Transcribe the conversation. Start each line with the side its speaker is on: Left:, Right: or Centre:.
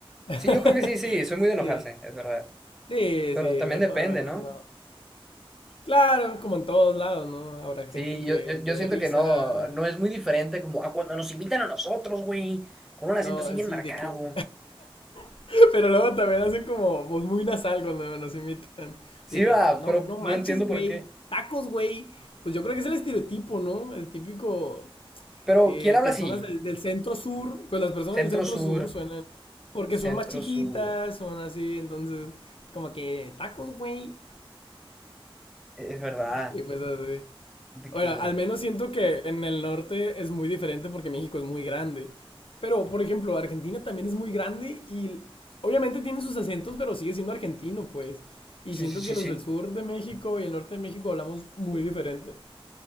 Left: <laughs>
Centre: sí, yo creo que sí, sí, soy
Left: Sí,
Centre: muy de enojarse, es verdad.
Left: sí,
Centre: Pero
Left: sí,
Centre: también
Left: mejor,
Centre: depende,
Left: mejor
Centre: ¿no?
Left: no. Claro, como en todos lados, ¿no? Habrá
Centre: Sí,
Left: gente que
Centre: yo, yo, yo
Left: le dé
Centre: siento
Left: risa.
Centre: que no, no es muy diferente como a cuando nos invitan a nosotros, güey, con un acento
Left: No,
Centre: así
Left: así
Centre: bien marcado.
Left: de que. <laughs> Pero luego también hacen como voz muy nasal cuando nos imitan. Así
Centre: Sí,
Left: que,
Centre: va,
Left: no,
Centre: pero
Left: no manches,
Centre: no entiendo
Left: güey.
Centre: por qué.
Left: Tacos, güey. Pues yo creo que es el estereotipo, ¿no? El típico.
Centre: Pero,
Left: eh,
Centre: ¿quién habla
Left: personas
Centre: así?
Left: del, del centro sur. Pues las personas
Centre: Centro
Left: del centro
Centre: Sur,
Left: sur suenan. Porque
Centre: Centro
Left: son más chiquitas,
Centre: Sur.
Left: son así. Entonces, como que tacos, güey.
Centre: Es verdad,
Left: Y pues así.
Centre: de
Left: Ahora,
Centre: que...
Left: al menos siento que en el norte es muy diferente porque México es muy grande. Pero, por ejemplo, Argentina también es muy grande y obviamente tiene sus acentos, pero sigue siendo argentino, pues. Y
Centre: Sí,
Left: siento
Centre: sí, sí,
Left: que los
Centre: sí.
Left: del sur de México y el norte de México hablamos muy diferente.